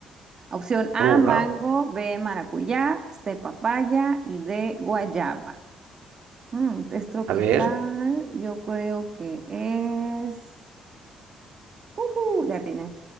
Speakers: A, on the right (about 30°); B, on the right (about 80°).
A: Opción A,
B: Oh,
A: mango,
B: wow.
A: B, maracuyá, C, papaya y D, guayaba. Mm, es tropical,
B: A ver.
A: yo creo que es... ¡Ujú! Le atiné.